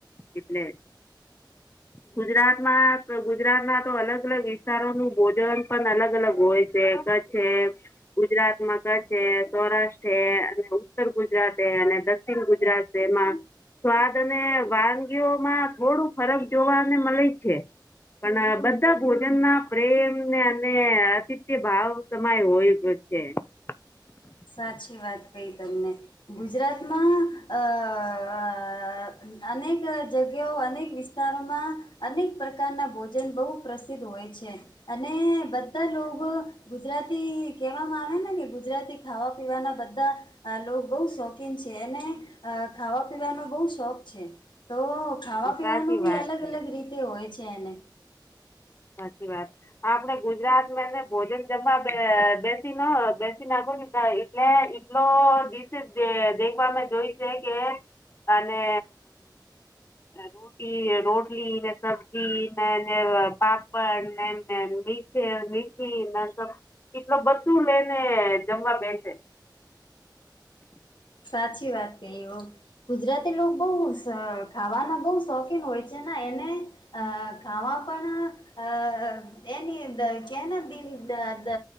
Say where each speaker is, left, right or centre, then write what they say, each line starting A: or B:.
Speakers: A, on the left (about 30°); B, on the left (about 80°).
A: એટલે ગુજરાતમાં ગુજરાતમાં તો અલગ અલગ વિસ્તારો નું ભોજન પણ અલગ અલગ હોય છે છે ગુજરાત માં કચ્છ <inaudible> સૌરાષ્ટ્ર અને ઉત્તર ગુજરાતે અને દક્ષિણ ગુજરાત એમાં સ્વાદ અને વાનગીઓમાં થોડું ફરક જોવા અને મળે છે. પણ બધા ભોજનમાં પ્રેમ અને અતિત્ય ભાવ સમાય હોય. હમ
B: સાચી વાત કહી તમને ગુજરાતમાં અ <unintelligible> અનેક જગ્યાઓ અનેક વિસ્તારોમાં અનેક પ્રકારના ભોજન બહુ પ્રસિદ્ધ હોય. અને બધા લોકો ગુજરાતી કેવામાં આવે ને કે ગુજરાતી ખાવા પીવાના બધા બહુ શોખીન છે અને ખાવા પીવાનો બહુ શોખ તો ખાવા
A: સાચી
B: પીવાનું બી
A: વાત
B: અલગ
A: છે.
B: અલગ રીતે હોય છે એને.
A: સાચી વાત આપણે ગુજરાતમાં ભોજન જમવા બેસી ના બેસી ના એટલે એટલો દિવસે દેખભ મે જોય છે કે અને અ રોટી રોટલી ને સબ્જી ને પાપડ <unintelligible> મચી એટલ બધું લેને જમવા બેસે.
B: સાચી વાત કહી હો ગુજરાતી લોકો બહુ ખાવાના બહુ શોખીન હોય છે. એને અ ખાવા પણ અ એની કેન દી દ દ